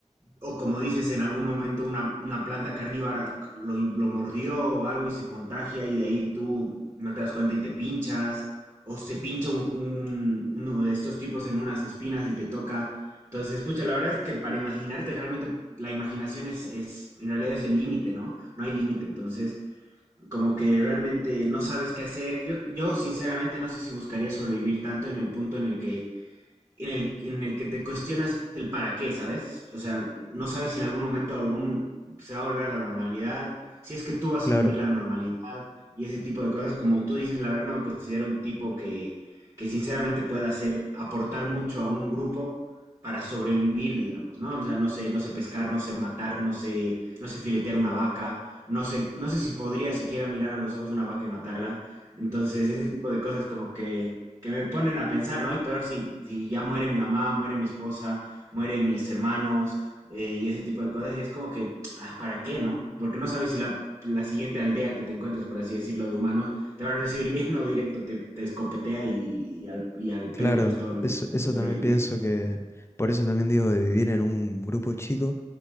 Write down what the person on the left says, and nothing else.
Claro,
claro,
eso,
eso
también pienso que, por eso también digo de vivir en un grupo chico.